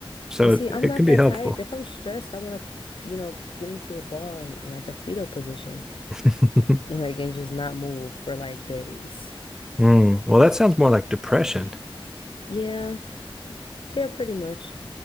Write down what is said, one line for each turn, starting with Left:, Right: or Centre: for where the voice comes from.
Centre: so
Left: But see, I'm
Centre: it
Left: not
Centre: can be
Left: that
Centre: helpful.
Left: type. If I'm stressed, I want to, you know, get into a ball in like a fetal position,
Centre: <laughs>
Left: like and just not move for like days.
Centre: Mm, well, that sounds more like depression.
Left: Yeah, yeah, pretty much.